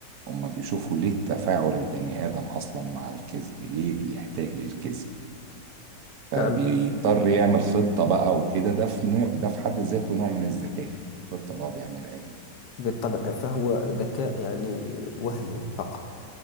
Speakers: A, on the right; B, on the left.
A: هما بيشوفوا ليه تفاعل البني آدم أصلا مع الكذب ليه بيحتاج للكذب فبيضطر
B: نعم
A: يعمل خطة بقى وكده ده في نوع ده في حد ذاته نوع من الذكاء الخطة اللي هو بيعملها دي
B: بالطبع فهو ذكاء يعني وهمي فقط